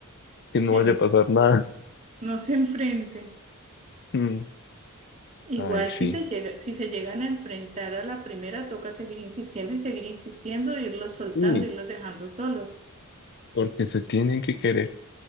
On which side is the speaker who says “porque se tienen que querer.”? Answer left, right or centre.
Left